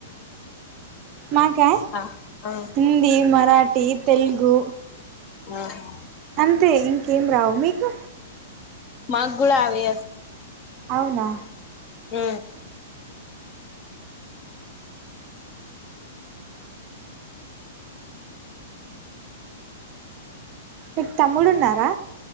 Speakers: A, on the right; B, on the left.
A: మాకా
B: ఆ ఆ
A: హిందీ మరాఠీ తెలుగు
B: ఆహా
A: అంతే ఇంకేం రావు మీకు
B: మాగ గుళ హవి అ
A: అవునా
B: ఆ
A: మీకు తమ్ముడు ఉన్నారా